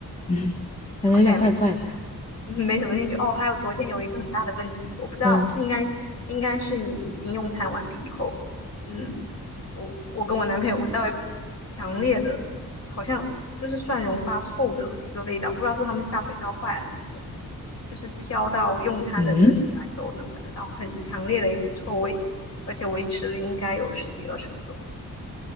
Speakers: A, on the left; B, on the left.
A: 嗯，<laughs> 感觉有点怪怪的。
B: 好像也没嗯没什么兴趣。哦，还有昨天有一个很大的问题，我不知道是应该应该是你已经用餐完毕以后，
A: 嗯
B: 嗯，我我跟我男朋友闻到一股强烈的，好像就是蒜蓉发臭的一个味道，不知道是他们下水道坏了什么的，就是飘到用餐的这里来都能闻得到很强烈的一股臭味，
A: 嗯，
B: 而且维持了应该有十几二十分钟。